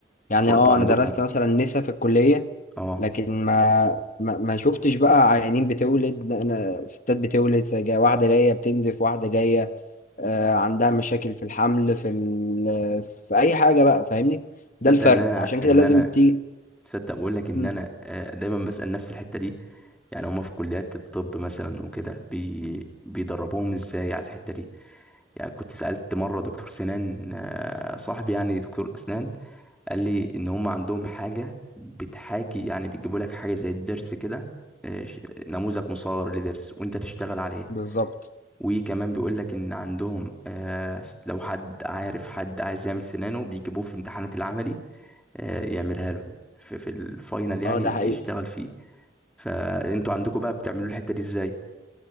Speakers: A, on the left; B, in the centre.
A: يعني
B: هو
A: اه
B: انتوا عندكم
A: انا درست مثلا نسا في الكلية
B: اه
A: لكن ما ما, ما شفتش بقى عيانين بتولد انا ستات بتولد جا- واحدة جاية بتنزف واحدة جاية آه، عندها مشاكل في الحمل في ال... في اي حاجة بقى فاهمني ده
B: تصدق
A: الفرق
B: ان انا
A: عشان كده
B: ان
A: لازم
B: انا
A: تي
B: تصدق بقول لك ان
A: مم،
B: انا آه، دايما بسأل نفس الحتة دي يعني هما في كليات الطب مثلا وكده بي... بيدربوهم ازاي على الحتة دي يعني كنت سألت مرة دكتور سنان آه، صاحبي يعني دكتور اسنان قال لي ان هما عندهم حاجة بتحاكي يعني بيجيبوا لك حاجة زي الضرس كده آه، ش- نموذج مصغر لضرس وانت تشتغل عليه
A: بالظبط
B: وكمان بيقول لك ان عندهم آه، لو حد عارف حد عايز يعمل سنانه بيجيبوه في امتحانات العملي آه، يعملها له في, في الفاينل يعني
A: اه ده حقيقي
B: يشتغل فيه فانتوا عندكم بقى بتعملوا الحتة دي ازاي